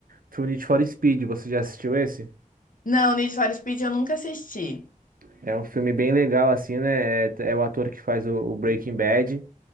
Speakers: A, on the right; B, on the left.
A: foi o Need for Speed. Você já assistiu esse?
B: Não, Need for Speed eu nunca assisti.
A: É um filme bem legal, assim, né? É, é o ator que faz o, o Breaking Bad.